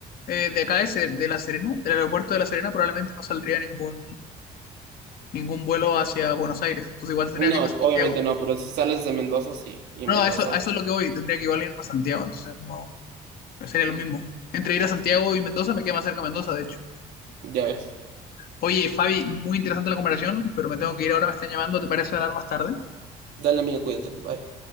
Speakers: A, on the left; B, on the right.
A: eh, de acá de, Se- de La Serena, del aeropuerto de La Serena, probablemente no saldría ningún, ningún vuelo hacia Buenos Aires. Entonces igual tendría
B: No,
A: que irme a Santiago.
B: obviamente no, pero si sales de Mendoza, sí. Y
A: No,
B: Mendoza,
A: a eso, a eso es lo que voy, tendría que igual irme a Santiago, entonces no, sería lo mismo. Entre ir a Santiago y Mendoza me queda más cerca Mendoza, de hecho.
B: ya ves.
A: Oye, Fabi, muy interesante la comparación, pero me tengo que ir ahora, me están llamando, ¿te parece hablar más tarde?
B: Dale, amigo, cuídate. Bye.